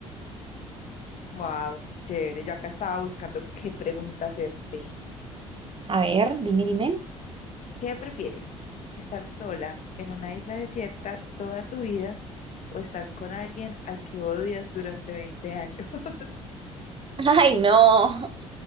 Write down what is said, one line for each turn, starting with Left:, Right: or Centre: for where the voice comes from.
Left: Wow, qué chévere. Yo acá estaba buscando qué pregunta hacerte.
Right: A ver, dime, dime.
Left: ¿Qué prefieres? ¿Estar sola en una isla desierta toda tu vida o estar con alguien al que odias durante 20 años? <laughs>
Right: Ay, no.